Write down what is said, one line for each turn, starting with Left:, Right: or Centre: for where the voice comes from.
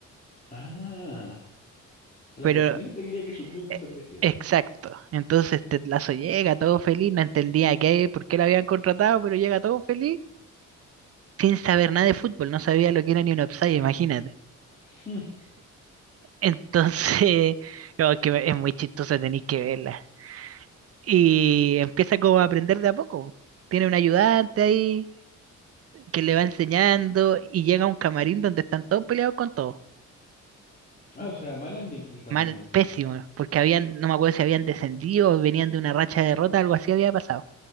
Left: Ah, o sea,
Right: Pero
Left: la presidenta quería que su club desapareciera.
Right: E- Exacto. Entonces Tetlazo llega todo feliz, no entendía qué, por qué lo habían contratado, pero llega todo feliz sin saber nada de fútbol, no sabía lo que era ni un offside, imagínate.
Left: <laughs> Hmm.
Right: Entonces, <laughs> no, es que es muy chistosa, tenéis que verla. Y empieza como a aprender de a poco. Tiene un ayudante ahí que le va enseñando y llega a un camarín donde están todos peleados con todos.
Left: Ah, o sea, mal ambiente en el camarín
Right: Mal,
Left: más encima.
Right: pésimo, porque habían, no me acuerdo si habían descendido o venían de una racha de derrota, algo así había pasado.